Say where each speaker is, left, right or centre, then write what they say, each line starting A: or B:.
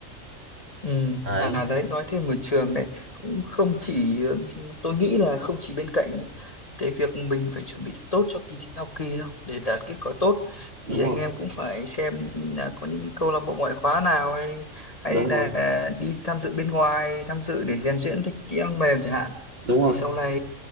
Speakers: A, on the left; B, on the right.
A: Ừ.
B: đấy
A: À đấy nói thêm một trường đấy cũng không chỉ ừm, tôi nghĩ là không chỉ bên cạnh cái việc mình phải chuẩn bị thật tốt cho kỳ thi học kỳ đâu để đạt kết quả tốt
B: đúng
A: thì anh
B: rồi
A: em cũng phải xem là có những câu lạc bộ ngoại khóa nào hay hay
B: đúng
A: là
B: rồi
A: đi tham dự bên ngoài tham dự để rèn luyện thêm kỹ năng mềm chẳng hạn
B: đúng rồi
A: để sau này